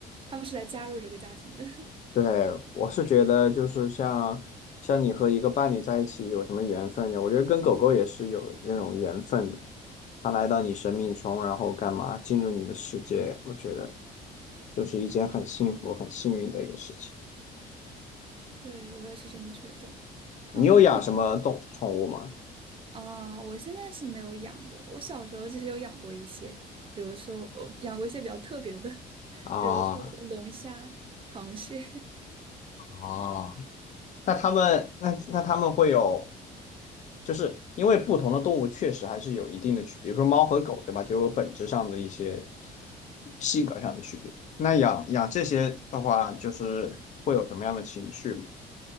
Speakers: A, on the right (about 30°); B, on the left (about 45°).
A: 他们是来加入这个家庭的。<laughs>
B: 对，我是觉得就是像像你和一个伴侣在一起有什么缘分的，我觉得跟狗狗也是有那种缘分的。它来到你生命中，然后干嘛进入你的世界，我觉得就是一件很幸福、很幸运的一个事情。
A: 对，我也是这么觉得。嗯，
B: 你有养什么动宠物吗？
A: 那你啊，我现在是没有养的。我小时候其实有养过一些，比如说我养过一些比较特别的，<laughs>
B: 啊，
A: 比如说龙虾、螃蟹。
B: 啊。那他们那那他们会有，就是因为不同的动物确实还是有一定的区别，比如说猫和狗，对吧？就有本质上的一些性格上的区别。那养养这些的话，就是会有什么样的情绪吗？